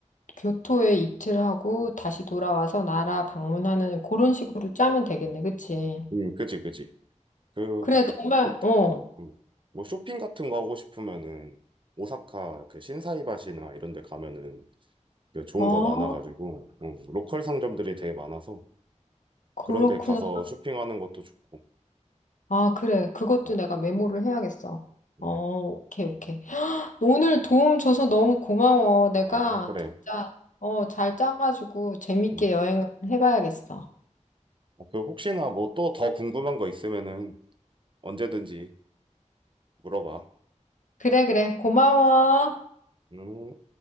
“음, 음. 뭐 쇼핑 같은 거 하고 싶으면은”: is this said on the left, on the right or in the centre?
Right